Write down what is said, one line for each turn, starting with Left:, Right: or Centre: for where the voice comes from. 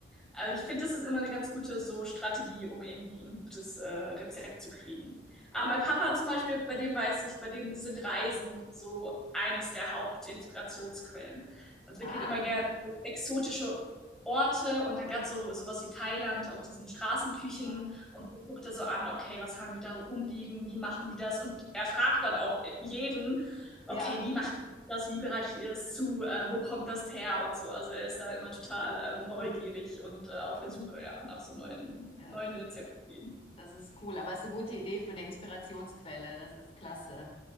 Centre: Aber ich finde, das ist immer eine ganz gute so Strategie, um irgendwie ein gutes äh, Rezept zu kriegen. Aber mein Papa zum Beispiel, bei dem weiß ich, bei dem sind Reisen so eines der Hauptinspirationsquellen. Also der
Left: Ah,
Centre: geht immer gerne in exotische Orte und dann gerade so sowas wie Thailand auf diesen Straßenküchen
Left: Mhm.
Centre: und so guckt er so an, okay, was haben die da rumliegen, wie machen die das? Und er fragt dann auch jeden, okay,
Left: ja,
Centre: wie machen das, wie bereitet ihr es zu, äh, wo kommt das her und so. Also er ist da immer total äh, neugierig und äh, auf der Suche ja, nach so neuen,
Left: ja,
Centre: neuen
Left: das
Centre: Rezepten.
Left: Das ist cool, aber es ist eine gute Idee für eine Inspirationsquelle. Das ist klasse.